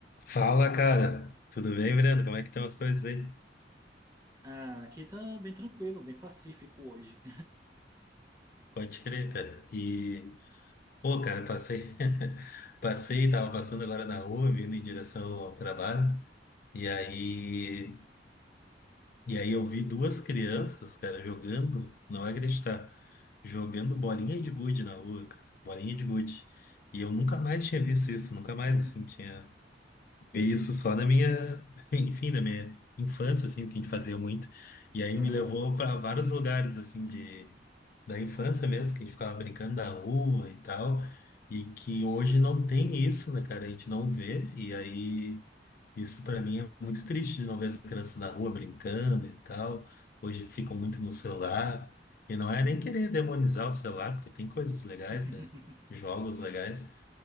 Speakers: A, on the left; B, on the right.
A: Fala, cara. Tudo bem, Breno? Como é que estão as coisas aí?
B: Ah, aqui tá bem tranquilo, bem pacífico hoje.
A: Pode crer, cara. E, pô, cara, passei, <laughs> passei, tava passando agora na rua, vindo em direção ao trabalho, e aí, e aí eu vi duas crianças, cara, jogando, não é acreditar, jogando bolinha de gude na rua, cara, bolinha de gude. E eu nunca mais tinha visto isso, nunca
B: <laughs>
A: mais, assim, tinha Isso só na minha, <laughs> enfim, na minha infância, assim, que a gente fazia muito. E aí
B: Aham,
A: me levou para vários lugares, assim, de, da infância mesmo, que a gente ficava brincando na rua e tal. E que
B: sim.
A: hoje não tem isso, né, cara? A gente não vê. E aí, isso para mim é muito triste de não ver as crianças na rua brincando e tal. Hoje ficam muito no celular. E não é nem querer demonizar o celular, porque tem coisas legais,
B: <laughs>
A: né? Jogos
B: Sim.
A: legais.